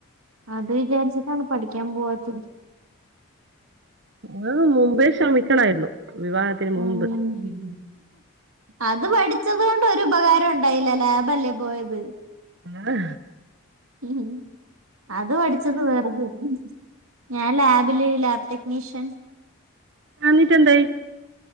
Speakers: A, on the right; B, on the right.
A: അത് വിചാരിച്ച ട്ടാണ് പഠിക്കാൻ പോവാത്തത്
B: ആഹ് മുമ്പേ ശ്രമിക്കണായിരുന്നു വിവാഹത്തിന്
A: ആഹ്
B: മുമ്പ്
A: അത് പഠിച്ചത് കൊണ്ട് ഒരു ഉപകാരം ഉണ്ടായില്ല ലാബ് അല്ലേ പോയത്
B: ആണ്
A: ഉം അത് പഠിച്ചത് വെറുതെ ഞാൻ ലാബില് ലാബ് ടെക്നീഷ്യൻ
B: എന്നിട്ടു എന്തായി